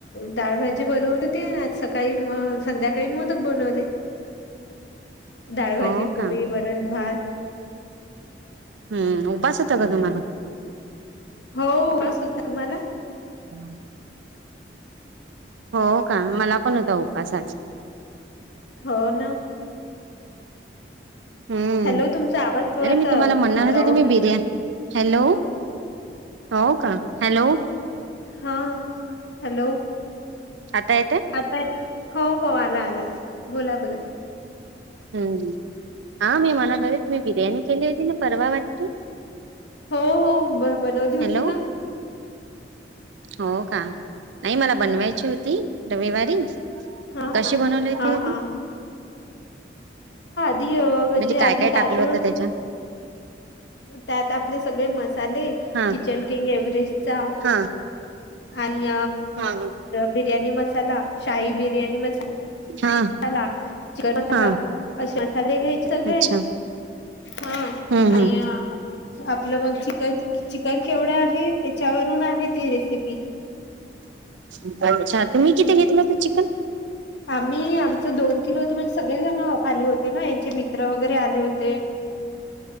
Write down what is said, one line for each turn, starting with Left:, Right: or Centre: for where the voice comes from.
Left: डाळभजी बनवली ना सकाळी संध्याका काही मोदक बनवले.
Right: <unintelligible>
Left: डाळभजी,
Right: हो का
Left: पोळी, वरण, भात.
Right: हम्म! उपवास होता का तुम्हाला?
Left: हो, उपवास होता तुम्हाला?
Right: हम्म! हो का मला पण होता उपवास आज.
Left: हो ना.
Right: हम्म!
Left: हॅलो तुमचा आवाज थोडासा
Right: अरे मी तुम्हाला म्हणणार
Left: राहू
Right: तुम्ही ब्रियानी हॅलो हो का हॅलो.
Left: हा हॅलो
Right: आता येते
Left: आवाज <unintelligible> हो हो आला आला बोला बोला.
Right: हम् हा मी म्हणत होते तुम्ही बिर्याणी केली होती ना परवा वाटते.
Left: हो हो ब बनवली
Right: हॅलो
Left: होती ना.
Right: हो का नाही मला बनवायची होती रविवारीच.
Left: हा
Right: कशी
Left: हा
Right: बनवलीती
Left: हा
Right: आ ती?
Left: हा हे वो
Right: म्हणजे
Left: आधी
Right: काय
Left: आधी
Right: काय टाकलं
Left: तादुंळ
Right: होतं त्याच्यात
Left: त्यात आपले सगळे मसाले
Right: हा
Left: किचन किंग एव्हरेस्टचा
Right: हा
Left: आणि
Right: हा
Left: बिर्याणी मसा त्याला शाही बिर्याणी मसाला
Right: हा
Left: चिकनला
Right: हा
Left: अशा ले घ्यायची सगळे
Right: अच्छा
Left: हा
Right: हम्म
Left: आणि
Right: हम्म
Left: आप मग चिकन चिकन केवढे आहे त्याच्यावरून आहे त रेसिपी
Right: ह तुम्ही किथे घेतलं होत चिकन
Left: आम्ही आमचं दोन किलो होतो म्हणजे सगळेजण आले होते ना यांचे मित्र वगैरे आले होते